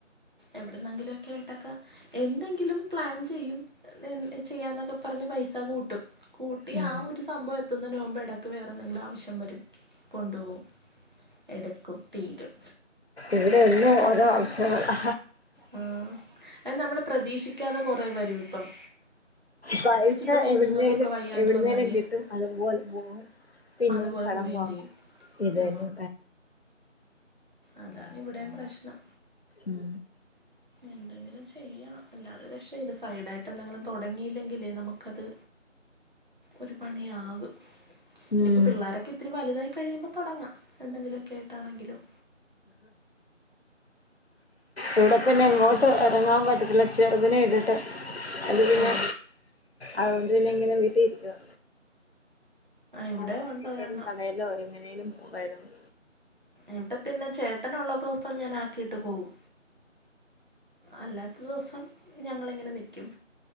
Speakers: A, on the right; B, on the left.
A: എവിടുന്നെങ്കിലും ഒക്കെ കേട്ടക്ക എന്തെങ്കില ഒരിക്കലും പ്ലാൻ ചെയ്യും ചെയ്യാ എന്നൊക്കെ പറഞ്ഞ് പൈസ കൂട്ടും കൂട്ടി
B: ഉം
A: ആ ഒരു സംഭവം എത്തുന്നതിന് മുമ്പേക്ഇടക്ക് വേറെ എന്തെങ്കിലും ആവശ്യം വരും കൊണ്ടു പോകും എടുക്കും തീരും
B: ഇവിടെ ഇന്നും
A: അതാണ്
B: ഓരോ ആവശ്യങളാ
A: ആ അത് നമ്മൾ പ്രതീക്ഷിക്കാതെ കൊറെ വരും ഇപ്പം
B: പൈസ
A: പ്രത്യേകിച്ച് ഇപ്പം കുഞ്ഞുങ്ങൾക്കൊക്കെ
B: എവിടുന്നേലും
A: വയ്യാണ്ട്
B: എവിടുന്നേലും
A: വന്നാൽ
B: കിട്ടും അതുപോലെ പോവും പിന്നെയും
A: അതുപോലെ
B: കടം
A: പോവുകയും
B: വാങ്ങും
A: ചെയ്യും
B: ഇത്
A: ആ,
B: തന്നെ
A: അതാണ് ഇവിടെയും പ്രശ്നം
B: ഉം
A: എന്തെങ്കിലും ചെയ്യണം അല്ലാതെ രക്ഷയില്ല സൈഡായിട്ട് എന്തെങ്കിലും തുടങ്ങിയില്ലെങ്കിലേ നമുക്കത് ഒരു പണിയാകും. ഇനിയിപ്പോ
B: ഉം
A: പിള്ളോരൊക്കെ ഇത്തിരി വലുതായി കഴിയുമ്പോ തുടങ്ങാം എന്തെങ്കിലുമൊക്കെ ആയിട്ടാണെങ്കിലും
B: ഇവിടെ പിന്നെ എങ്ങോട്ട്
A: അങ്ങനെ
B: എ എറങ്ങാൻ പറ്റത്തില്ല ചെറുതിനെ ഇട്ടിട്ട് അത് പിന്നെ
A: ആ
B: അതുകൊണ്ട് പിന്നെ ഇങ്ങനെ വീട്ടിലിരിക്കുവാ
A: ഇവിടെ
B: ആ ഒറ്റക്കെവിടേലും
A: ഉണ്ട് ഒരെണ്ണം
B: കടേല്ലോ എങ്ങനേലും പോവമായിരുന്നു.
A: ഇവിടെ പിന്നെ ചേട്ടനുള്ള ദിവസം ഞാൻ ആക്കിയിട്ട് പോവും. അല്ലാത്ത ദിവസം ഞങ്ങളിങ്ങനെ നിയ്ക്കും.